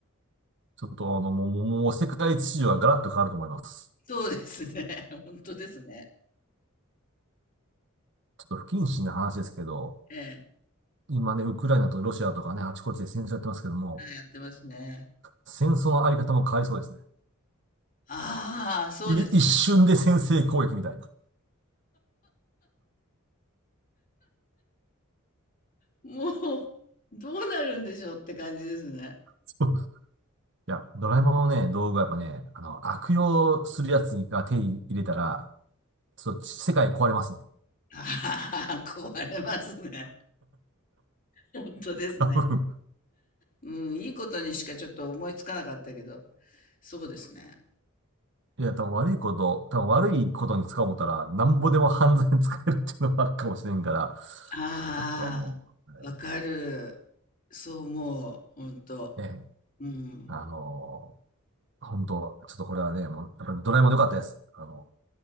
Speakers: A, on the right (about 60°); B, on the left (about 40°).
A: ちょっとあの、もう、もう、もう世界秩序はガラッと変わると思います。
B: そうですね。<laughs> 本当ですね。
A: ちょっと不謹慎な話ですけど、
B: ええ。
A: 今ね、ウクライナとロシアとかね、あちこちで戦争やってますけども、
B: はい、やってますね。
A: 戦争のあり方も変わりそうですね。
B: ああ、そうですね。
A: い、一瞬で先制攻撃みたいな。
B: もう、どうなるんでしょうって感じですね。
A: <laughs> そういや、ドラえもんのね、道具はやっぱね、あの、悪用するやつが手に入れたら、そう、世界壊れますね。
B: ああ、壊れますね。本当ですね。
A: 多分
B: うん、いいことにしかちょっと思いつかなかったけど、そうですね。
A: いや、多分悪いこと、多分悪いことに使おう思ったら、なんぼでも犯罪に使えるっていうのもあるかもしれんから、ちょっとここはもう、
B: あ
A: はい、
B: あ、わかる。そう思う、本当
A: ね、
B: うん。
A: あのー本当、ちょっとこれはね、もう、やっぱりドラえもん良かったです。あの、